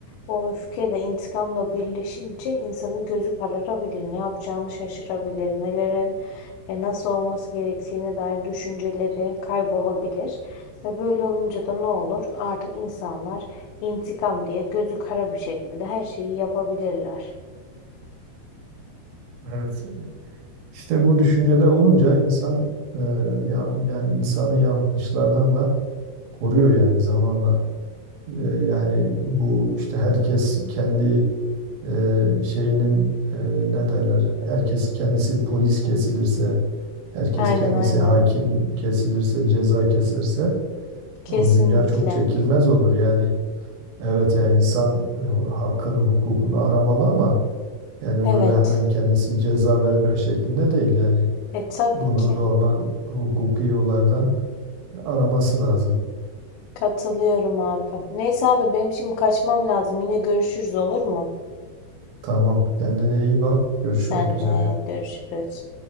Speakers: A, on the left (about 90°); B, on the right (about 85°).
A: O öfke de intikamla birleşince insanın gözü kararabilir, ne yapacağını şaşırabilir, nelerin e, nasıl olması gerektiğine dair düşünceleri kaybolabilir. Ve böyle olunca da ne olur? Artık insanlar intikam diye gözü kara bir şekilde her şeyi yapabilirler.
B: Evet. İşte bu düşüncede olunca insan e, ya, yani insanı yanlışlardan da koruyor yani zamanla. E, yani bu işte herkes kendi e, şeyinin e, ne derler herkes kendisi polis kesilirse herkes
A: Aynen
B: kendisi
A: aynen.
B: hakim kesilirse ceza keserse
A: Kesinlikle.
B: o dünya çok çekilmez olur yani evet yani insan e, hakkını hukukunu aramalı ama yani
A: Evet.
B: böyle hemen kendisi ceza verme şeklinde değil yani
A: E tabii
B: bunu
A: ki.
B: normal hukuki yollardan araması lazım.
A: Katılıyorum abi. Neyse abi benim şimdi kaçmam lazım. Yine görüşürüz olur mu?
B: Tamam kendine iyi bak görüşmek
A: Sen
B: üzere.
A: de görüşürüz.